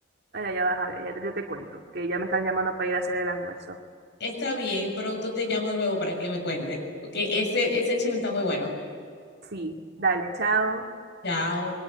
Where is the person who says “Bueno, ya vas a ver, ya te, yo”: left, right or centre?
Right